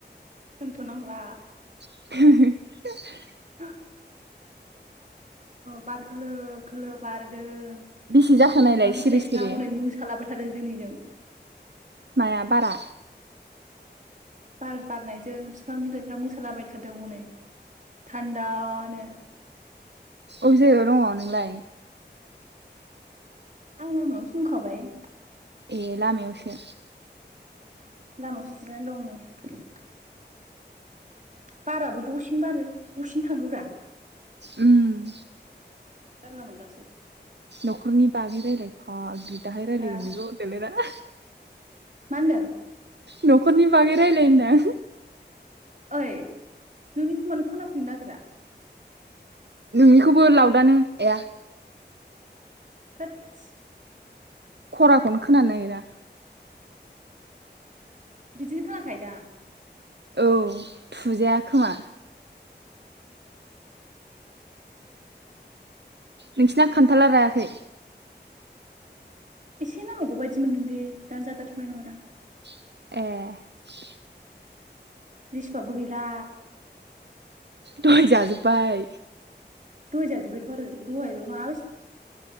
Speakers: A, on the right; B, on the right.
A: होनथनांला
B: <unintelligible>
A: <unintelligible> बार खोलो खोलो बारदों बिफां
B: बेसे जाखो नायलाय सिरि
A: बिलाइफ्रा
B: सिरि
A: हनै मोसालाबाय थादों जोंनिजों
B: माया बारा
A: बार बारनायजों बिफां बिलाइफ्रा मोसालाबाय थादों हनै थान्दानो
B: अबे जायगायाव दङ नोंलाय
A: आंङो लामायावसो दं होनखाबाय
B: ए लामयावसो
A: लामायावसो जिरनानै दं नै बाराबो दसेनो बारो दसेनो थाङोब्रा
B: उम
A: जारला मोनलासो
B: न'खरनि बागै रायलाय फाग्लि दाहाय रायलायगोन
A: हा
B: बेखौ होनदो‌ लाय रा <unintelligible>
A: मा होनदों
B: न'खरनि बागै रायलाय होनदां
A: ओइ नोंनिखौ मानो खोनाफैनो नागिरा
B: नोंनिखौबो लावदानो आइया
A: थोदस।
B: खराखौनो खोनानो नागिरा।
A: बिदिनो खोना खायोदां।
B: औ थुजाया खोमा। नोंसिना खान्थाला रायाखै?
A: एसे नांबावगौ बायदि मोनदोंलै दानो जाजाथनाय नङादां।
B: ए
A: लिसुआबो गैला।
B: दहै जाजोबबाय।
A: दहै जाजोबबायथ आरो दहायबो मा